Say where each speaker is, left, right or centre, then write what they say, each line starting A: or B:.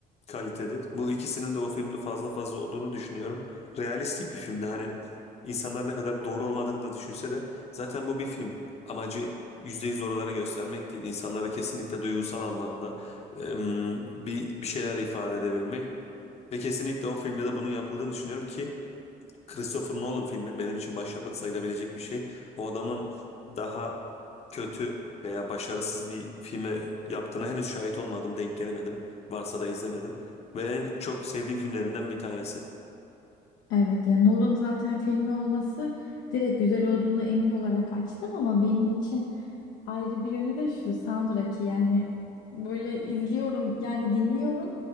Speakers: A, on the left (about 40°); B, on the left (about 85°).
A: kalitedir. Bu ikisinin de o filmde fazla fazla olduğunu düşünüyorum. Realistik bir filmdi. Hani insanlar ne kadar doğru olmadığını da düşünse de zaten bu bir film. Amacı %100 oraları göstermek değil. İnsanlara kesinlikle duygusal anlamda em, bir, bir şeyler ifade edebilmek. Ve kesinlikle o filmde de bunun yapıldığını düşünüyorum ki Christopher Nolan filmi benim için başyapıt sayılabilecek bir şey. O adamın daha kötü veya başarısız bir filme yaptığına henüz şahit olmadım, denk gelemedim. Varsa da izlemedim. Ve en çok sevdiğim filmlerinden bir tanesi.
B: Evet ya Nolan zaten filmi olması direkt güzel olduğunu emin olarak açtım ama benim için ayrı bir yönü de şu soundtrack'i yani böyle izliyorum yani dinliyorum